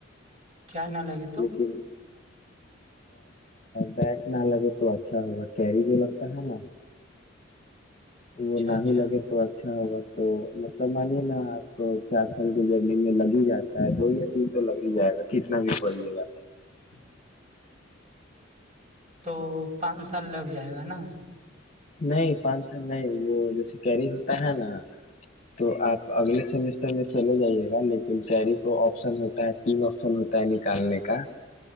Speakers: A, on the right; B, on the left.
A: کیا نہ لگے تو
B: لیکن بیٹ نہ لگے تو اچھا ہوگا کیری جو لگتا ہے نا
A: اچھا
B: وہ نہ
A: اچھا
B: ہی لگے تو اچھا ہوگا تو مط تو مانیے نا آپ کو چار سال کی جرنی میں لگ ہی جاتا گائے دو یا تین تو لگ ہی جائے گا کتنا بھی پڑھیے گا تو
A: <inaudible> تو پانچ سال لگ جائے گا نا
B: نہیں پانچ سال نہیں وہ جیسے کیری ہوتا ہے نا تو آپ اگلے سمیس کرنے چلے جائیے لیکن شہری کو آپشن ہوتا ہے تین آپشن ہوتا ہے نکالنے کا